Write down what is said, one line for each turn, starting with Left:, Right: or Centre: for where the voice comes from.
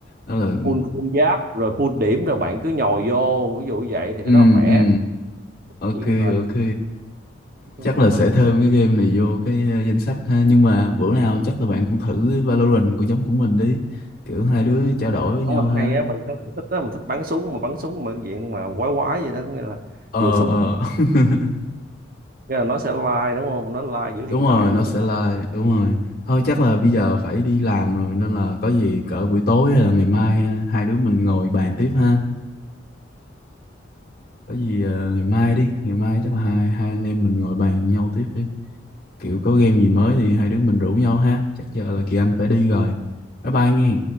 Left: Đó là
Right: full full giáp rồi full điểm rồi bạn cứ nhồi vô ví dụ vậy thì cái
Left: ừ
Right: đó khỏe
Left: ừ, ok
Right: chuyện là
Left: ok.
Right: cái
Left: Chắc là sẽ
Right: hướng
Left: thêm cái game này vô cái ờ, danh sách ha, nhưng mà bữa nào chắc là bạn cũng thử cái Valorant của nhóm của mình đi. Kiểu hai đứa trao đổi với nhau
Right: của mình
Left: ha.
Right: hay á mình thích mình thích, đó, mình thích bắn súng mà bắn súng mà cái chuyện mà quái quái vậy đó có nghĩa là
Left: Ờ
Right: vừa súng
Left: ờ. <laughs>
Right: nghĩa là nó sẽ lai đúng không nó lai giữa hiện
Left: Đúng rồi,
Right: đại với
Left: nó sẽ
Right: nó
Left: live, đúng rồi. Thôi chắc là bây giờ phải đi làm rồi nên là có gì cỡ buổi tối hay là ngày mai ờ, hai đứa mình ngồi bàn tiếp ha. có gì ờ, ngày mai đi ngày mai chắc là hai hai anh em mình ngồi bàn nhau tiếp đi kiểu có game gì mới thì hai đứa mình rủ nhau ha chắc giờ là Kỳ Anh phải đi rồi bye bye nghe